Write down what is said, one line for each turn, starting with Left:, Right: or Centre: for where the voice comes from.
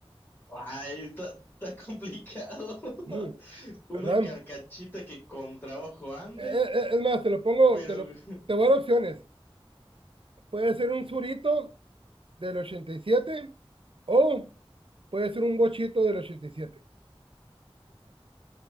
Left: ay, está, está complicado. <laughs>
Right: Mm,
Left: Una
Right: ¿verdad?
Left: carcachita que con trabajo ande,
Right: Eh, eh, eh, es más, te lo pongo,
Left: pero
Right: te lo,
Left: <laughs>
Right: te voy a dar opciones. Puede ser un surito del 87 o puede ser un bochito del ochenta y siete